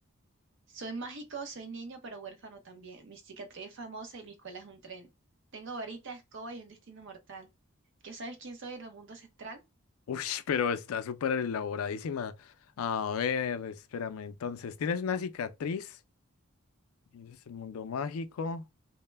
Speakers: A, on the right; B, on the left.
A: soy mágico, soy niño, pero huérfano también. Mi cicatriz es famosa y mi escuela es un tren. Tengo varita, escoba y un destino mortal. ¿Qué sabes quién soy en el mundo central?
B: Uff, pero está súper elaboradísima. A ver, espérame, entonces, tienes una cicatriz, eres el mundo mágico,